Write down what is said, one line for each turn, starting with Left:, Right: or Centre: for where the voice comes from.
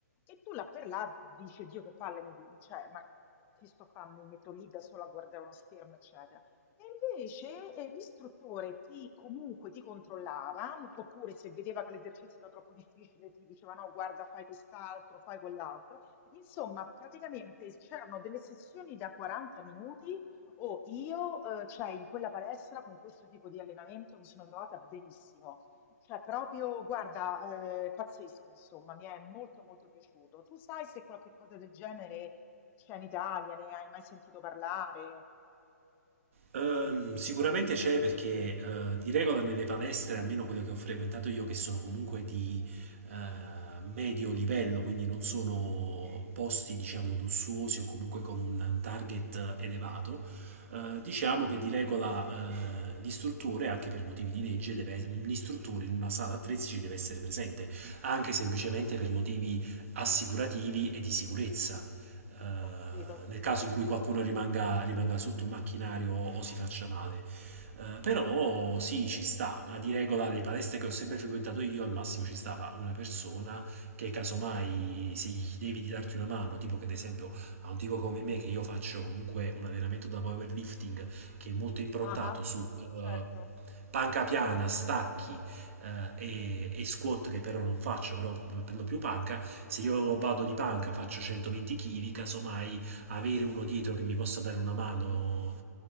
Left: E tu là per là dici, Dio che palle, mi, di- cioè, ma che sto a fare? Mi metto lì da sola a guardare uno schermo, eccetera. E invece, eh, l'istruttore ti comunque ti controllava, oppure se vedeva che l'esercizio era troppo difficile, ti diceva no, guarda, fai quest'altro, fai quell'altro. Insomma, praticamente c'erano delle sessioni da 40 minuti o io, eh, cioè, in quella palestra con questo tipo di allenamento mi sono trovata benissimo. Cioè, proprio, guarda, eh, pazzesco, insomma, mi è molto molto piaciuto. Tu sai se qualche cosa del genere c'è in Italia, ne hai mai sentito parlare?
Right: Ehm, sicuramente c'è perché eh, di regola nelle palestre, almeno quelle che ho frequentato io, che sono comunque di eh, medio livello, quindi non sono posti, diciamo, lussuosi o comunque con un target elevato, eh, diciamo che di regola eh, l'istruttore, anche per motivi di legge, deve es- un istruttore in una sala attrezzi ci deve essere presente, anche semplicemente per motivi assicurativi e di sicurezza eh,
Left: Ho capito, ho capito.
Right: nel caso in cui qualcuno rimanga, rimanga sotto un macchinario o, o si faccia male. Eh, però sì, ci sta, ma di regola le palestre che ho sempre frequentato io al massimo ci stava una persona che casomai se gli devi di darti una mano, tipo che ad esempio a un tipo come me che io faccio comunque un allenamento da powerlifting che è molto improntato
Left: Ah, ah,
Right: su eh,
Left: certo,
Right: panca piana, stacchi, eh, e, e squat che però non faccio, però per lo più panca, se io vado di panca faccio 120 kg, casomai avere uno dietro che mi possa dare una mano